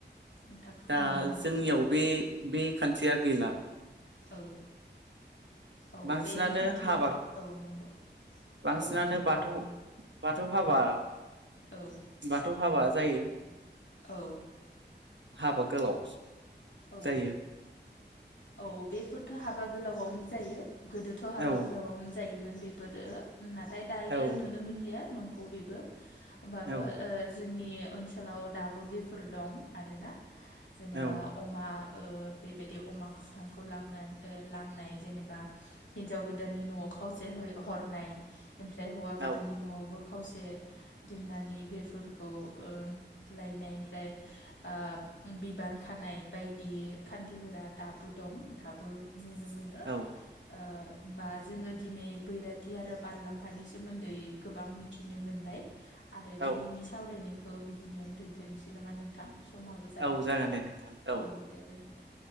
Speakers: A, on the left; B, on the right.
A: नोंथां फोरमायनो
B: दा
A: हागोन
B: जोंनियाव
A: नामा?
B: बे-बे खान्थिया गैला।
A: औ औ
B: बांसिनानो
A: बे खान्थि
B: हाबा
A: औ नंगौ।
B: बांसिनानो
A: औ
B: बाथौ बाथौ हाबा
A: औ
B: बाथौ हाबा जायो।
A: औ
B: हाबा गोलाव
A: औ
B: जायो।
A: औ बेफोरथ' हाबा गोलावआवनो जायो गोदोथ' हाबा
B: औ
A: गोलावावनो जायोमोन बेफोरो। नाथाय दायो
B: औ
A: नुनो मोनलिया नंगौ बेबो होमबाबो
B: औ
A: जोंनि ओनसोलाव दाबो बेफोर दं आरोना जेनेबा
B: औ
A: अमा ओ बेबायदि अमा खाबथांखौ लांना लांनाय जेनेबा हिनजाव गोदाननि न'आव खावसे है हरनाय। ओमफ्राय हौवा गोदाननि
B: औ
A: न'आवबो खावसे दोननानै बे फोरखौ ओ लायनाय ओमफ्राय आ बिबान खानाय बायदि खान्थिफोरा दाबो दं दाबो नुनो मोनो ओ
B: औ
A: होमबा जोङो दिनै बैराथि आरो बारलाम्फानि सोमोन्दै गोबां मिथिनो मोनबाय। आरो
B: औ
A: दिनैनि सावरायनायखौ बेखिनियावनो दोनथ'सै नामा नोंथां? समाबो जाबाय
B: औ जागोन दे नोंथां।
A: औ दे गोजोनथों।